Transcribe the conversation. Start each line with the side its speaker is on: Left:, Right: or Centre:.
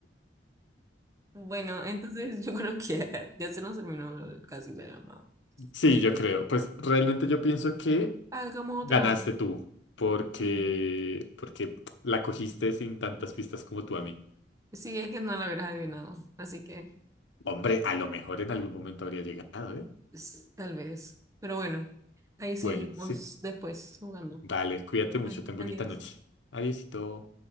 Right: Bueno, entonces yo creo que acá ya se nos terminó el- casi la llamada,
Left: Sí,
Right: así
Left: yo
Right: que
Left: creo. Pues realmente yo pienso que
Right: hagamos
Left: ganaste
Right: otra.
Left: tú, porque,
Right: ¿Qué?
Left: porque la cogiste sin tantas pistas como tú a mí.
Right: Sí, es que no la hubieras adivinado, así que
Left: Hombre, a lo mejor en algún momento habría llegado, ¿eh?
Right: s- tal vez. Pero bueno, ahí seguimos
Left: Bueno, sí.
Right: después jugando.
Left: Dale, cuídate mucho,
Right: Bueno,
Left: ten bonita
Right: adiós.
Left: noche. Adiósito.